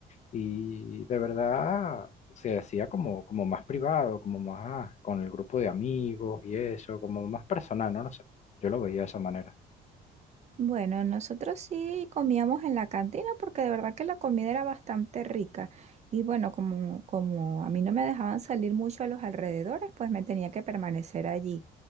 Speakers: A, on the left; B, on the right.
A: Y de verdad se hacía como, como más privado, como más con el grupo de amigos y eso, como más personal, no, no sé. Yo lo veía de esa manera.
B: Bueno, nosotros sí comíamos en la cantina porque de verdad que la comida era bastante rica. Y bueno, como, como a mí no me dejaban salir mucho a los alrededores, pues me tenía que permanecer allí.